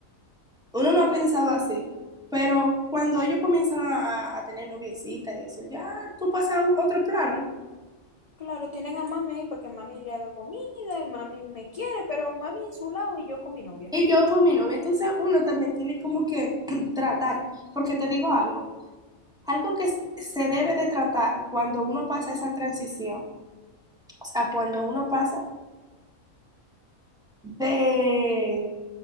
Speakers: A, in the centre; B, on the left (about 45°).
A: uno no ha pensado así. Pero cuando ellos comienzan a, a a tener noviecita y eso, ya tú pasas a un- otro plano.
B: Claro, tienen a mami ahí para que mami le haga comida, y mami me quiere, pero mami en su lado y yo con mi novia.
A: Y yo con mi novia, entonces uno también tiene como que <clears throat> tratar, porque te digo algo, algo que s- se debe de tratar cuando uno pasa esa transición, o sea, cuando uno pasa de,